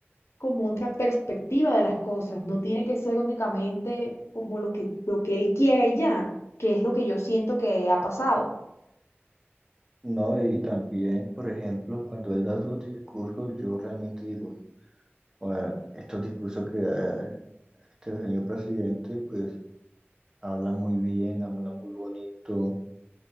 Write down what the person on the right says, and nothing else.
No, y también, por ejemplo, cuando él da los discursos, yo realmente digo, "Joder, estos discursos que da este señor presidente, pues habla muy bien, habla muy bonito,